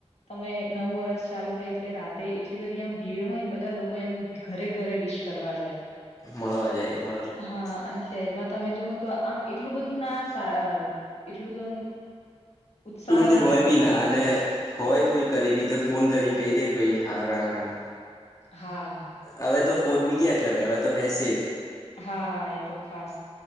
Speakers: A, on the left; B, on the left.
A: તમે નવું વરષ ચાલુ થાય એટલે રાતે એટલી બધી આમ ભીડ હોયને બધા લોકો એમ ઘરે-ઘરે વિશ જાય
B: મળવા જાય હા એ તો
A: હા
B: વાત સાચી
A: અને શહેરમાં તમે જોવોન તો આમ એટલું બધું ના એટલું બધું આમ ઉત્સાહ
B: એટલું બધું
A: ના
B: હોય બી
A: એ લોકોનામાં
B: ના અને હોય કોઈ કરી બી તો ફોન કરીને કઈ દે કે ભાઈ હા રામ રામ.
A: હા.
B: હવે તો ફોન બી ક્યાં કરે અવે તો મેસેજ.
A: હા એ તો ખાસ